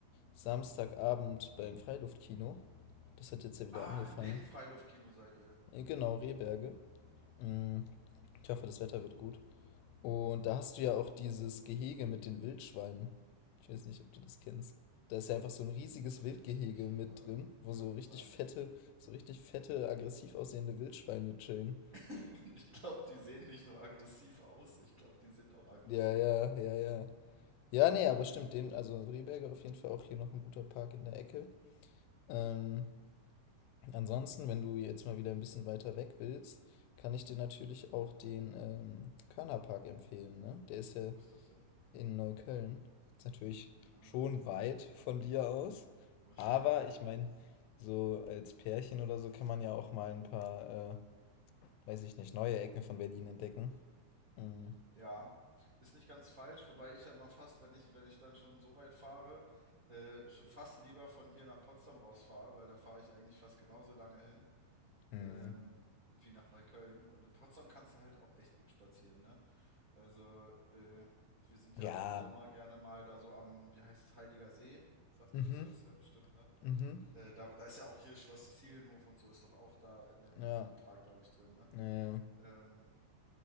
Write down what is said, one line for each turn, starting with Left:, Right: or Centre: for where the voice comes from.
Left: Samstagabend beim Freiluftkino. Das hat jetzt ja wieder
Right: Ah,
Left: angefangen.
Right: in dem Freiluftkino seid ihr.
Left: Äh, Genau, Rehberge. Mm, Ich hoffe, das Wetter wird gut. Und da hast du ja auch dieses Gehege mit den Wildschweinen. Ich weiß nicht, ob du das kennst. Da ist ja einfach so ein riesiges
Right: tatsächlich
Left: Wildgehege
Right: nicht,
Left: mit
Right: aber
Left: drin, wo
Right: kann
Left: so
Right: gut
Left: richtig
Right: sein.
Left: fette, so richtig fette, aggressiv aussehende Wildschweine chillen.
Right: <laughs> Ich glaube, die sehen nicht nur aggressiv aus, ich glaube, die sind auch aggressiv.
Left: Ja, ja, ja, ja. Ja, nee, aber stimmt, den, also Rehberger auf jeden Fall auch hier noch ein guter Park in der Ecke. Ähm, ansonsten, wenn du jetzt mal wieder ein bisschen weiter weg willst, kann ich dir natürlich auch den ähm, Körnerpark empfehlen, ne? Der ist ja
Right: Wo ist das denn?
Left: in Neukölln. Ist natürlich
Right: Aha,
Left: schon weit von dir aus.
Right: ist
Left: Aber
Right: schon weit.
Left: ich meine, so als Pärchen oder so kann man ja auch mal ein paar, äh, weiß ich nicht, neue Ecken von Berlin entdecken. Mm.
Right: Ja, ist nicht ganz falsch, wobei ich ja mal fast, wenn ich, wenn ich dann schon so weit fahre, äh, schon fast lieber von hier nach Potsdam rausfahre, weil da fahre ich eigentlich fast genauso lange hin.
Left: Mm.
Right: ähm, wie nach Neukölln. Und in Potsdam kannst du halt auch echt gut spazieren, ne? Also, äh, wir sind ja
Left: Ja.
Right: auch im Sommer gerne mal da so am, wie heißt es, Heiliger See. Sagt
Left: Mhm.
Right: dir das was? Ja, bestimmt, ne?
Left: Mhm.
Right: Äh, da, da ist ja auch hier Schloss Sizilienhof und so ist doch auch da in dem,
Left: Ja.
Right: in dem Park, glaube ich, drin, ne?
Left: Ja. ja.
Right: Ähm,